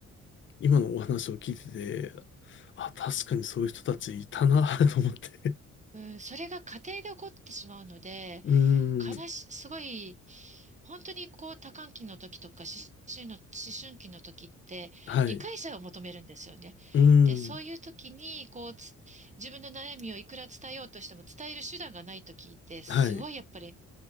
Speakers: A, on the left (about 40°); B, on the right (about 25°).
A: 今のお話を聞いてて、あ、確かにそういう人たちいたな <laughs> と思って。
B: うん、それが家庭で起こってしまうので、
A: う
B: 悲し、
A: ーん、
B: すごい、本当にこう多感期の時とか思春の、思春期の時って理解者を求めるんですよね。
A: はい。うーん、
B: で、そういう時にこうつ自分の悩みをいくら伝えようとしても伝える手段がない時ってすごいやっぱり
A: はい。